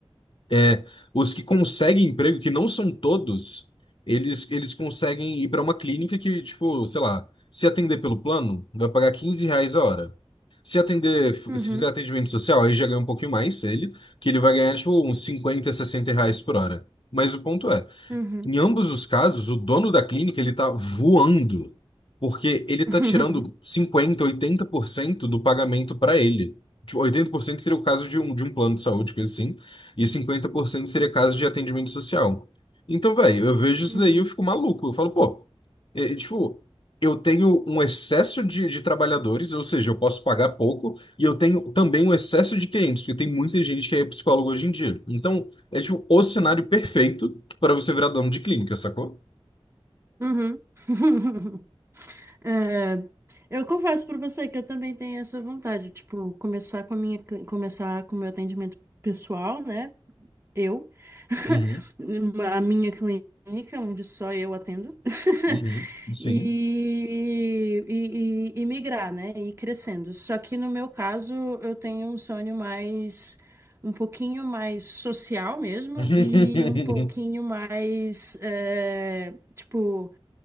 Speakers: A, on the left; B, on the right.
A: é, os que conseguem emprego, que não são todos, eles, eles conseguem ir para uma clínica que, tipo, sei lá, se atender pelo plano, vai pagar 15 reais a hora. Se atender, se
B: Uhum.
A: fizer atendimento social, aí já ganha um pouquinho mais ele, que ele vai ganhar, tipo, uns 50 60 reais por hora. Mas o ponto é
B: Uhum.
A: em ambos os casos, o dono da clínica ele está voando, porque ele está
B: <laughs>
A: tirando cinquenta, oitenta por cento do pagamento para ele. Tipo, 80% seria o caso de um, de um plano de saúde, coisa assim, e 50% seria caso de atendimento social. Então, velho, eu vejo isso
B: Uhum.
A: daí e eu fico maluco. Eu falo, pô, é, é, tipo, eu tenho um excesso de, de trabalhadores, ou seja, eu posso pagar pouco, e eu tenho também um excesso de clientes, porque tem muita gente que é psicólogo hoje em dia. Então, é tipo o cenário perfeito para você virar dono de clínica, sacou?
B: Uhum. <laughs> É, eu confesso pra você que eu também tenho essa vontade, tipo, começar com a minha, cli- começar com o meu atendimento pessoal, né? Eu, <laughs>
A: Uhum,
B: a minha clínica, onde só eu atendo, <laughs>
A: uhum, Sim.
B: e, e, e, e migrar, né? E ir crescendo. Só que no meu caso, eu tenho um sonho mais, um pouquinho mais social mesmo,
A: <laughs>
B: e um pouquinho mais, é, tipo